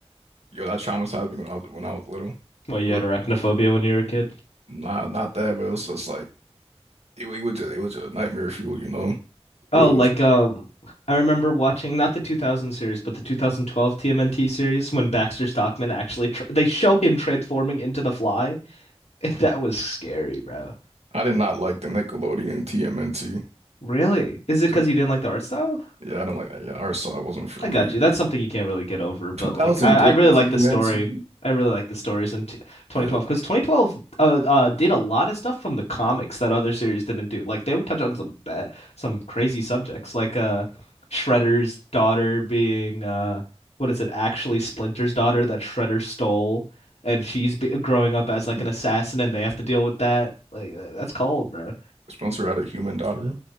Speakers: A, on the right; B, on the left.
A: Yo, that traumatized me when I was when I was little.
B: Well, you
A: Look,
B: had arachnophobia when you were a kid.
A: nah, not that, but it was just like it, it was just it was just nightmare fuel, you know.
B: Oh,
A: It was
B: like um, I remember watching not the 2000 series, but the 2012 TMNT series when Baxter Stockman actually tr they show him transforming into the Fly, <laughs> that was scary, bro.
A: I did not like the Nickelodeon TMNT.
B: Really? Is it
A: Two,
B: because you didn't like the art style?
A: yeah, I don't like that. Yeah, I saw it wasn't for
B: I
A: me.
B: got you. That's something you can't really get over, but
A: 2003
B: like I, I really
A: TMNT.
B: like the story. I really like the stories in t 2012
A: Yeah,
B: because 2012 uh, uh did a lot of stuff from the comics that other series didn't do. Like they would touch on some bad, some crazy subjects, like uh Shredder's daughter being uh what is it actually Splinter's daughter that Shredder stole, and she's be growing up as like
A: he-
B: an assassin, and they have to deal with that. Like uh, that's cold, bro.
A: Spencer had a human daughter.